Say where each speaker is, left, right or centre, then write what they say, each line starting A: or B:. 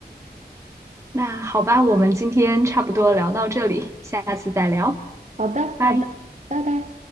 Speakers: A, on the right (about 15°); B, on the right (about 45°).
A: 那好吧，我们今天差不多聊到这里，下次再聊，
B: 好的，
A: 拜。
B: 好的，拜拜。